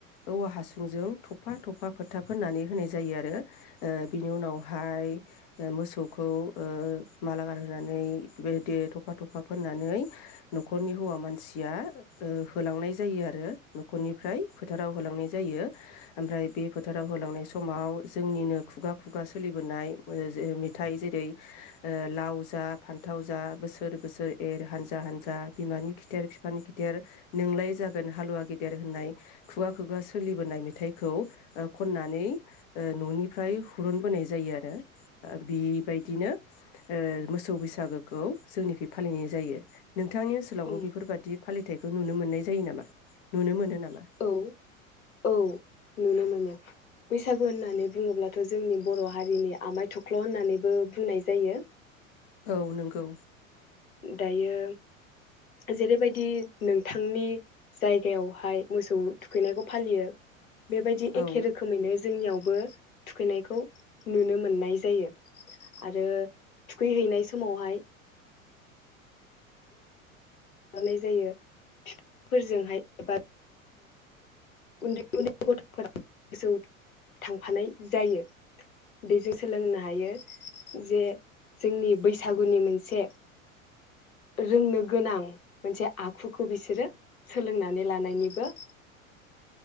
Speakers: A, on the left (about 30°); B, on the left (about 80°).
A: औवा हासुंजों थफा थफा फोथा फोननानै होनाय जायो आरो ओ बिनि उनावहाय ओ मोसौखौ ओ माला गारहोनानै बेदि थफा थफा फोननानै न'खरनि हौवा मान मानसिया ओ होलांनाय जायो आरो न'खरनिफ्राय फोथाराव होलांनाय जायो ओमफ्राय बे फोथाराव होलांनाय समाव जोंनिनो खुगा खुगा सोलिबोनाय मेथाइ जेरै लाव जा फान्थाव जा बोसोर बोसोर एर हानजा हानजा बिमानि खिथेर बिफानि खिथेर नोंलाय जागोन हालुवा गेदेर होननाय खुगा खुगा सोलिबोनाय मेथाइखौ खननानै न'निफ्राय हुरुनबोनाय जायो आरो बिबायदिनो मोसौ बैसागोखौ जोंनिफ्राय फालिनाय जायो । नोंथांनि ओनसाव
B: औ
A: बेफोर बिदि फालिथायाइखौ नुनो मोननाय जायो नामा नुनो मोनो नामा?
B: औ औ। नुनो मोनो बैसागु होननानै बुङोब्लाथ' जोंनि बर' हारिनि आमाय थख्ल' होननानैबो बुंनाय जायो।
A: औ नंगौ।
B: दायो जेरैबायदि नोंथांनि जायगायावहाय मोसौ थुखैनायखौ फालियो। बेबायदि
A: औ
B: एखे रोखोमैनो। जोंनियावबो थुखैनायखौ नुनो मोननाय जायो। आरो थुखैहैनाय सम समावहाय। नाय जायो बिफांफोरजोंहाय एबा उन्दै उन्दै गथ'फोरा गोसौ थांफानाय जायो बेजों सोलोंनो हायो जे जोंनि बैसागुनि मोनसे रोंनो गोनां मोनसे आखुखौ बिसोरो सोलोंनानै लानायनिबो